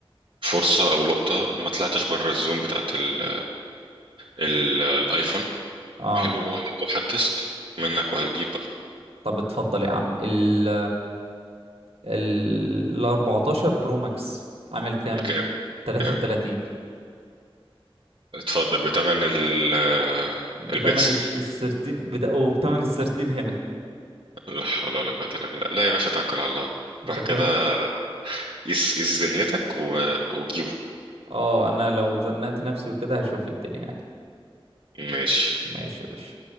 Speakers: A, on the right (about 55°); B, on the right (about 85°).
A: فرصة او لقطة ما طلعتش بره الزون بتاعت ال... ال... الايفون
B: اه
A: حلو وحدثت منك وهتجيب بقى
B: طب اتفضل يا عم ال ال 14 برو ماكس عامل كام
A: بكام
B: 33
A: كام اتفضل بتمن ال...
B: بتمن
A: البكسل
B: السرتين بت... وبتمن السرتين هنا
A: لا حول ولا قوة الا بالله لا يا باشا توكل على الله
B: انت
A: روح
B: فاهم
A: كده قيس قيس دنيتك و... وجيبه
B: اه انا لو زنقت نفسي وكده هشوف الدنيا يعني
A: ماشي
B: ماشي يا باشا